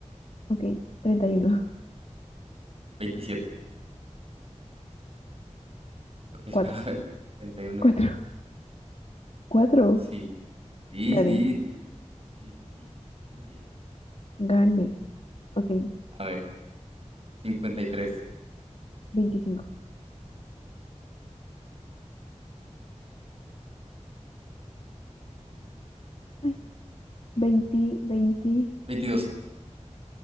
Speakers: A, on the left; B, on the right.
A: Ok, treinta y uno,
B: veintisiete Ok, <laughs> espera,
A: cuatro,
B: a ver. treinta y uno
A: cuatro, cuatro,
B: Sí. Sí,
A: Gané.
B: sí, sí, sí, sí, muy bien.
A: Gané. Ok,
B: A ver, 53,
A: veinticinco, Ay, veinte, veinte,
B: 22,